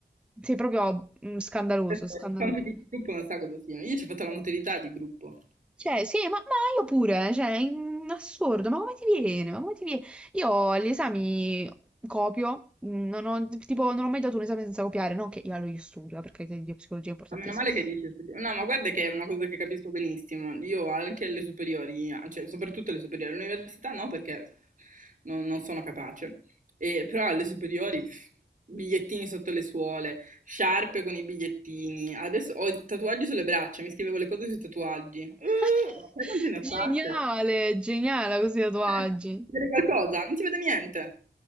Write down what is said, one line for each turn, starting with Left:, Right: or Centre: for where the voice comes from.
Centre: sei proprio mm, scandaloso,
Right: Questo-
Centre: scandaloso.
Right: è Il compito di gruppo non sa cosa sia. Io ci ho fatto la modalità di gruppo.
Centre: Cioè, sì, ma, ma io pure, cioè, in assurdo, ma come ti viene? Ma come ti viene? Io agli esami copio, mh, non ho, tipo, non ho mai dato un esame senza copiare, non che io, allora, io studio, eh, perché la psicologia è importantissima.
Right: Ma meno male che riesci a studiare. No, ma guarda che è una cosa che capisco benissimo. Io anche alle superiori, cioè soprattutto alle superiori, all'università no, perché non, non sono capace. E, però alle
Centre: Mm.
Right: superiori, pff, bigliettini sotto le suole, sciarpe con i bigliettini. Adesso ho i tatuaggi sulle braccia, mi scrivevo le cose sui tatuaggi. Uh,
Centre: <laughs>
Right: ma sai quante ne ho
Centre: Geniale,
Right: fatte?
Centre: geniale così i tatuaggi.
Right: Eh, si vede qualcosa? Non si vede niente.